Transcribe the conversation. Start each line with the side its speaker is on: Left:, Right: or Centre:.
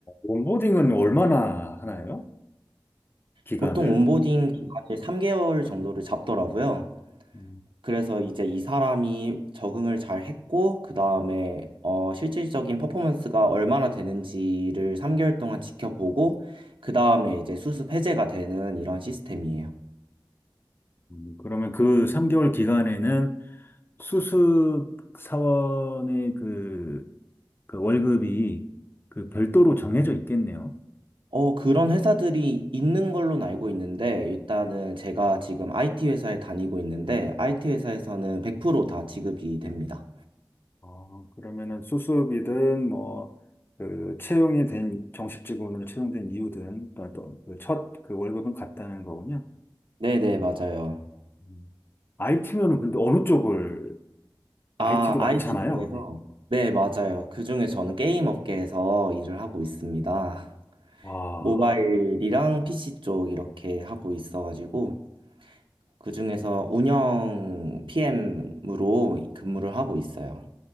Left: 온보딩은 얼마나 하나요? 기간을?
Right: 보통 온보딩 기간을 3개월 정도를 잡더라고요.
Left: 음,
Right: 그래서 이제 이 사람이 적응을 잘 했고, 그 다음에 어, 실질적인 퍼포먼스가 얼마나 되는지를 3개월 동안 지켜보고, 그 다음에 이제 수습 해제가 되는 이런 시스템이에요.
Left: 음, 그러면 그 3개월 기간에는 수습 사원의 그, 그 월급이 그 별도로 정해져 있겠네요.
Right: 어, 그런 회사들이 있는 걸로 알고 있는데, 일단은 제가 지금 IT 회사에 다니고 있는데, IT 회사에서는 100%다 지급이 됩니다.
Left: 어, 그러면은 수습이든 뭐, 그, 채용이 된, 정식 직원으로 채용된 이유든, 어떤 그 첫, 그 월급은 같다는 거군요.
Right: 네네, 맞아요.
Left: 음. IT면은 근데 어느 쪽을, IT도
Right: 아, IT
Left: 많잖아요.
Right: 중에서?
Left: 네.
Right: 네, 맞아요. 그중에 저는 게임 업계에서 일을 하고 있습니다.
Left: 와,
Right: 모바일이랑 PC 쪽 이렇게 하고 있어가지고, 그중에서 운영 PM으로 근무를 하고 있어요.